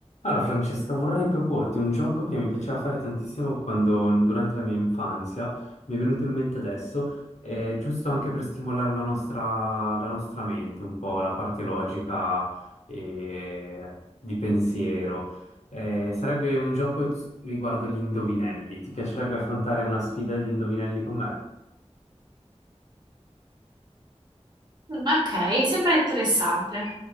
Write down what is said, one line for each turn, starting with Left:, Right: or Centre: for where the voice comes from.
Left: Allora, Francesca, vorrei proporti un gioco che mi piaceva fare tantissimo quando, durante la mia infanzia, mi è venuto in mente adesso, è giusto anche per stimolare la nostra, la nostra mente, un po' la parte logica e di pensiero. Eh, sarebbe un gioco riguardo gli indovinelli. Ti piacerebbe affrontare una sfida di indovinelli con me?
Right: Mm, Ok, sembra interessante.